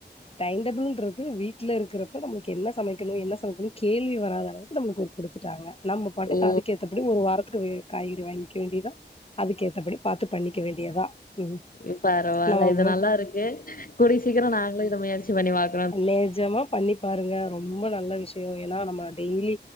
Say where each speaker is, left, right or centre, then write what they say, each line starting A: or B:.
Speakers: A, on the left; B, on the left.
A: டைம் டேபிள்ன்றது வீட்ல இருக்குறப்ப நம்மளுக்கு என்ன சமக்கெணு என்ன சமக்கெணு கேள்வி வராத அளவுக்கு நம்மளுக்கு ஒரு குடுத்துட்டாங்க நம்ம பாட்டுட்டு
B: ஓ
A: அதுக்கேத்தபடி ஒரு வாரத்துக்கு வே காய்கறி வாய்ங்க வேண்டிதா அதுக்கே மத்தபடி பாத்து பண்ணிக்க வேண்டியதா ம்
B: இ பரவால
A: நம்ம
B: இது நல்லா இருக்கு கூடிய சீக்கரொ நாங்களு இத முயற்சி பண்ணி பாக்
A: லெஜமா பண்ணி பாருங்க ரொம்ப நல்ல விஷ்யோ எனா நம்ம டெய்லி